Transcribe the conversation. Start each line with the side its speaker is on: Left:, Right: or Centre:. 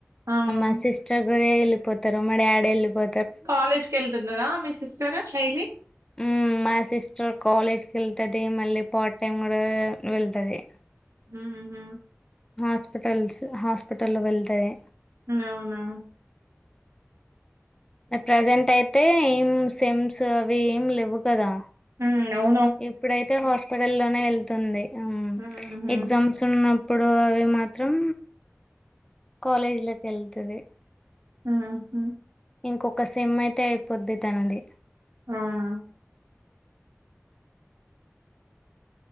Right: ఆ
Left: మా సిస్టర్ కూడ ఎళ్లిపోతరు, మా డాడీ ఎళ్ళిపో
Right: కాలేజ్ కెళ్తున్నదా మీ సిస్టర్ డైలీ.
Left: ఊ మా సిస్టర్ కాలేజ్కెళ్తది, మళ్ళీ పార్ట్ టైమ్ కూడా వెళ్తది.
Right: హూహ్
Left: హాస్పిటల్స్ హాస్పిటల్లో వెళ్తది.
Right: నవునా
Left: ప్రెజెంట్ అయితే ఏం సెమ్స్ అవి ఏమి లేవ్వు కదా.
Right: హూ ఔ
Left: ఇప్పుడైతే హాస్పిటల్ లోనే ఎళ్తుంది. హ్
Right: ఊహూ
Left: ఎగ్జామ్స్ ఉన్న ప్పుడు అవి మాత్రం కాలేజీలోకెళ్తది.
Right: హుహ్
Left: ఇంకొక సెమ్ అయితే అయిపోద్ది తనది.
Right: అవునా.